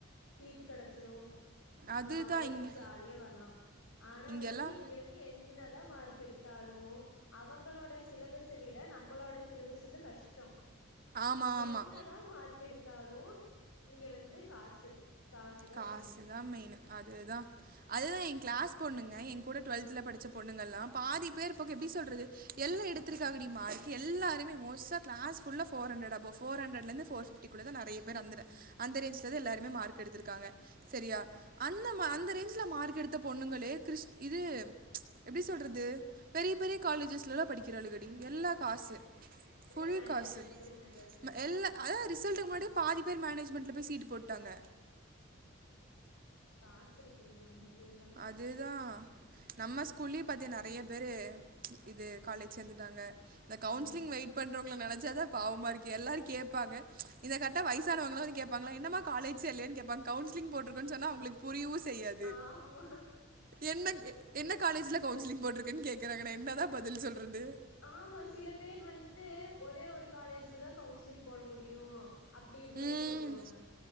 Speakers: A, on the left (about 85°); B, on the right (about 45°).
A: சீட்டு கெடச்சிரு
B: அதுதா
A: ஜாலியா
B: இங்க
A: போய் ஜாலியா வர்லா ஆனா
B: இங்கெல்லா
A: வந்து இங்க வந்து என்னதா மார்க் எடுத்தாலு அவங்களோட சிலபஸ் விட நம்மோளோட சிலபஸ் வந்து கஷ்டோ
B: ஆமா ஆமா
A: என்னதா மார்க் எடுத்தாலு இங்க வந்து காசு தா
B: காசு
A: மெயினு
B: தா மெயினு அதுதா அதுதா என் கிளாஸ் பொண்ணுங்க என் கூட டுவெல்துல படிச்ச பொண்ணுங்கள்லாம் பாதி பேர் பக்கோ எப்டி சொல்றது எல்லா எடுத்துருக்காங்கடி மார்க் எல்லாருமே மோஸ்டா க்ளாஸ்ஃபுல்லா ஃபோரஹண்ரட்அபோ ஃபோரஹண்ரட்ல இருந்து ஃபோர் ஃபிஃப் ப்டி கூட தா நெறையா பேர் அந்தர அந்த ரேஞ்சுல தா எல்லாருமே மார்க் எடுத்திருக்காங்க செரியா அந்த அந்த ரேஞ்சில மார்க் எடுத்த பொண்ணுங்களே கிருஷ் இது எப்டி சொல்றது பெரிய பெரிய காலேஜஸ்லெல்லா படிக்கிறாளுகடி எல்லா காசு ஃபுல்
A: எல்லா மேனேஜ்மெண்ட்ல
B: காசு
A: போய் சேந்தாச்சு
B: ம எல்லா அதே ரிசல்ட்டுக்கு முன்னாடியே பாதி பேர் மேனேஜ்மெண்ட்ல போய் சீட்டு போட்டாங்க
A: காசு இருக்குடி அவுங்கள்டே எல்லா
B: இதேதா நம்ம ஸ்கூல்லயே பாத்தியா நெறையா பேரு இது காலேஜ் சேந்துட்டாங்க இந்த கவுன்சிலிங்
A: ஆமா
B: வெயிட் பண்றவங்கள நெனைச்சாதா பாவமா இருக்கு எல்லாரு கேப்பாங்க இத கட்னா வயசானவங்கள வந்து கேப்பாங்களா என்னமா காலேஜா இல்லையானு கேப்பாங்க கவுன்சிலிங் போட்ருக்கோனு சொன்னா அவங்ளுக்கு புரியவு செய்யாது
A: ஆமா
B: என்ன என்ன காலேஜ்ல கவுன்சிலிங் போட்ருக்கனு கேக்குறாங்க நா என்னதா பதில் சொல்றது
A: ஆமா சில பேர் வந்து ஒரே ஒரு காலேஜிலதா கவுன்சிலிங் போட முடியு அப்டி இப்டின்லா
B: ம்
A: சொல்லுவாங்க